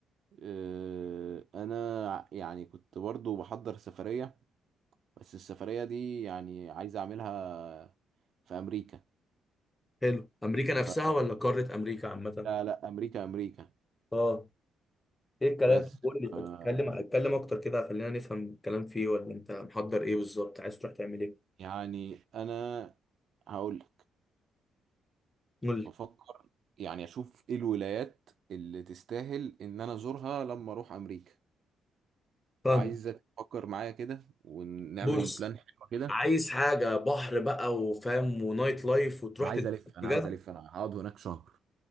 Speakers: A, on the right (about 65°); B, on the left (about 15°).
A: آه، انا ع- يعني كنت برضو بحضر سفريه بس السفريه دي يعني عايز اعملها في امريكا
B: حلو أمريكا
A: فلا
B: نفسها ولا قارة أمريكا عامة؟
A: لا لا امريكا امريكا
B: اه ايه الكلام؟
A: بس
B: قول لي
A: آه،
B: اتكلم اتكلم أكتر كده خلينا نفهم الكلام فيه ولا أنت محضر ايه بالظبط؟ عايز تروح تعمل ايه؟
A: يعني انا هقول
B: قول لي
A: بفكر يعني اشوف ايه الولايات اللي تستاهل ان انا ازورها لما اروح امريكا
B: فاهم
A: فعايزك تفكر معايا كده ونعمل
B: بص
A: بلان حلو كده
B: عايز حاجة بحر بقى وفاهم ونايت لايف وتروح
A: انا
B: تتبسط
A: عايز الف انا
B: بجد
A: عايز الف انا هقعد هناك شهر